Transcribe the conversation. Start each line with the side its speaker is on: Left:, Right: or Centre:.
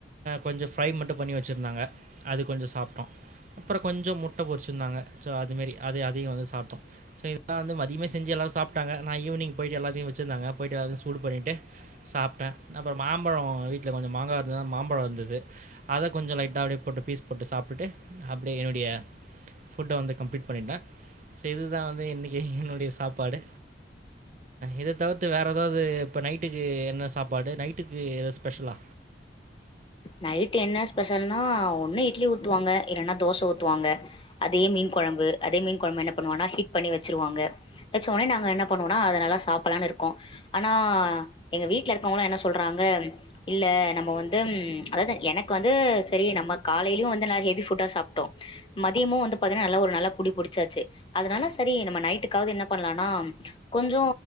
Right: கொஞ்சம் ஃரை மட்டும் பண்ணி அது கொஞ்சம் சாப்டோம் அப்புறம் கொஞ்சம் முட்ட பொறுச்சிருந்தாங்க சோ அதுமாரி அது அதையு சாப்டோ சோ இதலா மதியமா செஞ்சு எல்லாரு சாப்டாங்க நா ஈவினிங் போயிட்டு எல்லாத்த வச்சுருந்தா போயிட்டு எல்லாத்தையு சூடு பண்ணிட்டு சாப்டே அப்புறோ மாம்பழோ வீட்ல கொஞ்சோ மாங்கா இருந்தது மாம்பழோ இருந்தது கொஞ்சோ லைட்டாக அப்டியே போட்டு பீஸ் போட்டு சாப்பிட்டுட்டு அப்டியே என்னுடைய ஃபுட்ட வந்து கம்ப்ளீட் பண்ணிட்டே சோ இதுதா வந்து இன்னைக்கி என்னுடைய சாப்பாடு இத தவிர்த்து வேற எதாவது இப்ப நைட்டுக்கு என்ன சாப்பாடு நைட்டுக்கு ஸ்பெஷலா?
Left: நைட் என்ன ஸ்பெஷல்னா ஒன்னு இட்லி ஊத்துவாங்க இல்லன்னா தோச ஊத்துவாங்க அதே மீன் குழம்பு அதே மீன் குழம்பு என்ன பண்ணுவோன்னா ஹிட் பண்ணி வெச்சிருவாங்க வெச்ச ஒட்னே நாங்க என்ன பண்ணுவோம்னா அத நல்லா சாப்புட்லான்னு இருக்கோ ஆனா எங்க வீட்டுல இருக்கவங்கள்லா என்ன சொல்றாங்க இல்ல நம்ம வந்து ம் அதாவது எனக்கு வந்து செரி நம்ம காலையிலயு வந்து நல்ல ஹெவி ஃபுட்டா சாப்டோ மதியமு வந்து பாத்தீங்கன்னா நல்லா ஒரு நல்லா புடி புடிச்சாச்சு அதனால சேரி நம்ம நைட்டுக்காவது என்ன பண்ணலாம்னா கொஞ்சோ